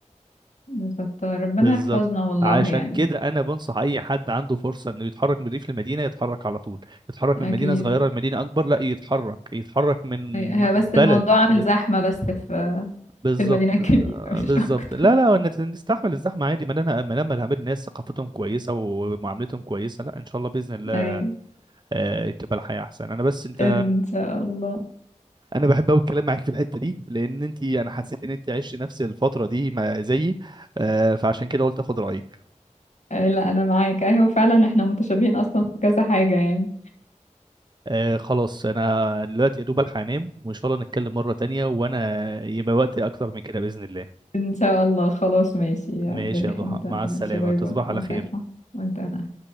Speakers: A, on the left (about 70°); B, on the right (about 35°).
A: بالظبط ربنا
B: بالظبط
A: يحفظنا والله
B: عشان
A: يعني
B: كده انا بنصح اي حد عنده فرصه انه يتحرك من الريف للمدينه يتحرك على طول يتحرك
A: اكيد
B: من مدينه صغيره لمدينه اكبر لا يتحرك يتحرك من
A: أي- هي بس الموضوع
B: بلد
A: عامل
B: ل-
A: زحمة بس في
B: بالظبط
A: في المدينة الكبيرة
B: آه،
A: <laughs> مش
B: بالظبط
A: اكتر
B: لا لا نت- نستحمل الزحمه عادي ما لنا ما لما نقابل ناس ثقافتهم كويسه ومعاملتهم كويسه لا ان شاء الله باذن الله
A: ايوه
B: آه، تبقى الحياه احسن انا بس انت
A: ان شاء الله
B: انا بحب قوي الكلام معاك في الحته دي لان انت انا حسيت ان انت عشت نفس الفتره دي ما زيي آه، فعشان كده قلت اخد رايك
A: آه، لا انا معاك ايوه فعلا احنا متشابهين اصلا في كذا حاجة يعني
B: آه خلاص انا دلوقتي يا دوب الحق انام وان شاء الله نتكلم مرة تانية وانا يبقى وقت اكتر من كده بإذن الله
A: ان شاء الله خلاص ماشي يا
B: ماشي
A: عبد الرحيم
B: يا ضحى
A: تمام.
B: مع
A: ماشي
B: السلامة
A: باي
B: تصبح
A: باي
B: على
A: مساك
B: خير
A: وانت أنا